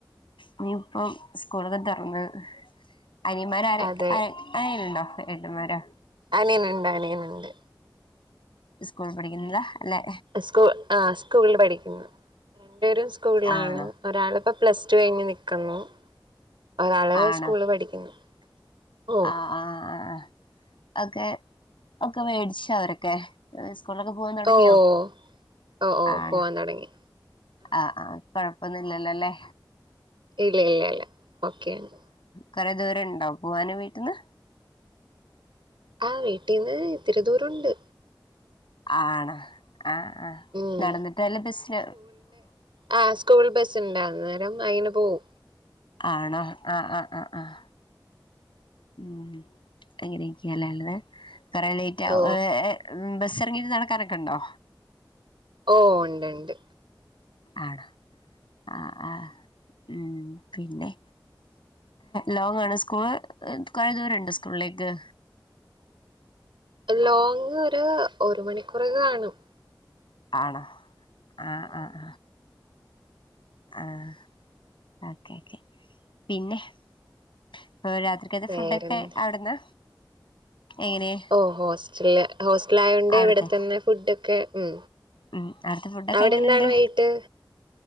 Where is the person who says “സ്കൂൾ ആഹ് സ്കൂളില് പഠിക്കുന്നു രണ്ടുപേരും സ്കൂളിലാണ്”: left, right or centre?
Right